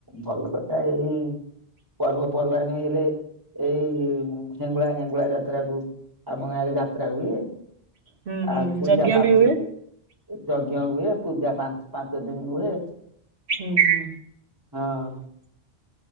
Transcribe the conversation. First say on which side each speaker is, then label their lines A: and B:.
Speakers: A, on the right; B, on the right.
A: ଭଲ କଥା ଏଇ ପର୍ବପର୍ବାଣୀ ହେଲେ ଏଇ ହିଙ୍ଗୁଳା ହେଙ୍ଗୁଳା ଯାତ୍ରାକୁ ଆମ ଗାଁ ରେ ଯାତ୍ରା ହୁଏ।
B: ହୁଁ ହୁଁ
A: ଆଉ ପୂଜା
B: ଯଜ୍ଞ
A: ପାନ୍ତି।
B: ବି ହୁଏ।
A: ଯଜ୍ଞ ହୁଏ ପୂଜା ପାଞ୍ଚ ପାଞ୍ଚ ଦିନି ହୁଏ।
B: ହୁଁ ହୁଁ।
A: ହଁ।